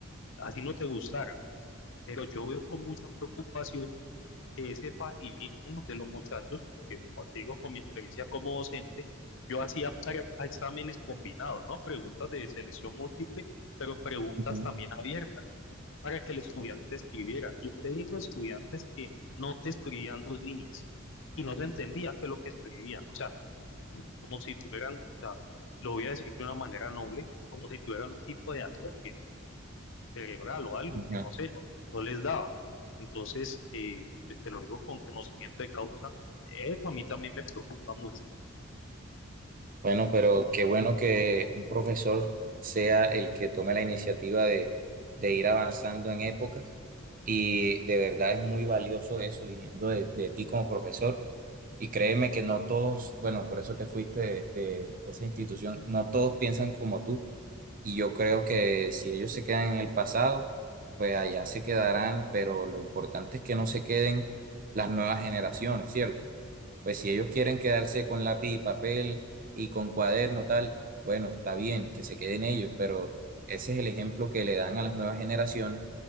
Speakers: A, on the left (about 60°); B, on the right (about 40°).
A: así no te gustara. Pero yo veo con mucha preocupación ese facilismo de los muchachos, que como te digo, con mi experiencia como docente, yo hacía tarea- exámenes combinados, ¿no? Preguntas de selección múltiple, pero preguntas
B: Ujú,
A: también abiertas para que el estudiante escribiera. Yo te digo, estudiantes que no te escribían dos líneas y no se entendía qué es lo que escribían. O sea, como si tuvieran, o sea, lo voy a decir de una manera noble, como si tuvieran un tipo de atrofia cerebral o algo
B: ujú.
A: que no sé, no, no les daba. Entonces, eh, pues te lo digo con conocimiento de causa, eso a mí también me preocupa mucho.
B: Bueno, pero qué bueno que un profesor sea el que tome la iniciativa de, de ir avanzando en épocas y de verdad es muy valioso eso viniendo de, de ti como profesor. Y créeme que no todos, bueno, por eso te fuiste de de esa institución, no todos piensan como tú Y yo creo que si ellos se quedan en el pasado, pues allá se quedarán, pero lo importante es que no se queden las nuevas generaciones, ¿cierto? Pues si ellos quieren quedarse con lápiz y papel y con cuaderno tal, bueno, está bien que se queden ellos, pero ese es el ejemplo que le dan a las nuevas generaciones